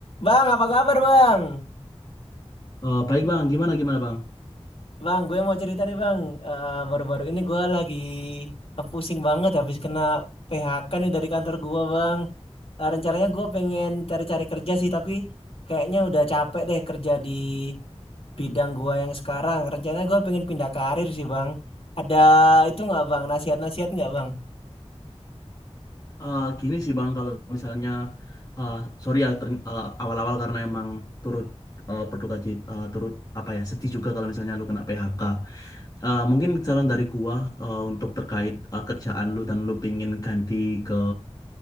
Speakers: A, on the left (about 60°); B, on the left (about 35°).
A: Bang, apa kabar bang?
B: Eh, baik bang, gimana gimana bang?
A: Bang, gue mau cerita nih bang. Eh, Baru-baru ini gue lagi pusing banget habis kena PHK nih dari kantor gue bang. Eh, rencananya gue pengen cari-cari kerja sih, tapi kayaknya udah capek deh kerja di bidang gue yang sekarang. Rencananya gue pengen pindah karir sih bang. Ada itu nggak bang? Nasihat-nasihat nggak bang?
B: Eh, gini sih bang, kalau misalnya, eh, sorry ya ter- eh, awal-awal karena emang turut eh, berduka cita, eh, turut apa ya sedih juga kalau misalnya lu kena PHK. Eh, mungkin saran dari gua eh, untuk terkait eh, kerjaan lu dan lu pingin ganti ke